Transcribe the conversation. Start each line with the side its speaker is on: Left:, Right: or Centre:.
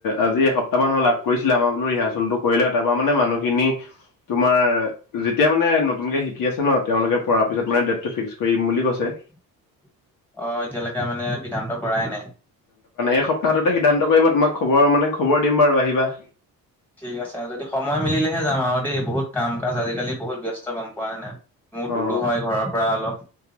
Left: আজি এসপ্তাহ মান হ'ল <unintelligible> কৰিছিলে। আমাৰ বোলো ৰিহাৰ্চেলটো কৰিলে তাৰপা মানে, মানুহখিনি তোমাৰ যেতিয়া মানে, নতুনকে শিকি আছে ন'! তেওঁলোকে পৰা পিছত মানে, ডেটটো ফিক্স কৰিম বুলি কৈছে।
Centre: <inaudible> অ'! এতিয়ালৈকে মানে সিদ্ধান্ত কৰাই নাই।
Left: এসপ্তাহতে সিদ্ধান্ত কৰিব, তোমাক খবৰ মানে, খবৰ দিম বাৰু আহিবা।
Centre: ঠিক আছে। যদি সময় মিলিলেহে যাম আৰু দেই। বহুত কাম কাজ আজিকালি, বহুত ব্যস্ত গম পোৱা নাই। মোৰ দূৰো
Left: অ
Centre: হয় ঘৰৰ পৰা অলপ।